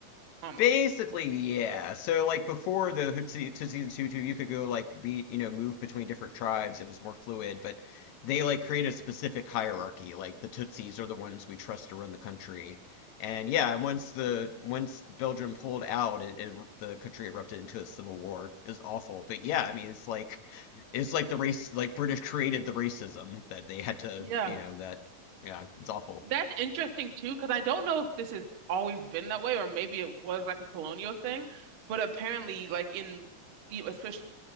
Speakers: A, on the right; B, on the left.
A: almost.
B: Basically, yeah. So like before the Hutsi Tutsi and Hutu, you could go like be you know move between different tribes. It was more fluid, but they like create a specific hierarchy. Like the Tutsis are the ones we trust to run the country. And yeah, and once the once Belgium pulled out, it, it the country erupted into a civil war. It was awful. But yeah, I mean it's like it's like the race like British created the racism that they had to
A: Yeah.
B: you know that yeah it's awful.
A: That's interesting too, because I don't know if this has always been that way, or maybe it was like a colonial thing. But apparently, like in e, especially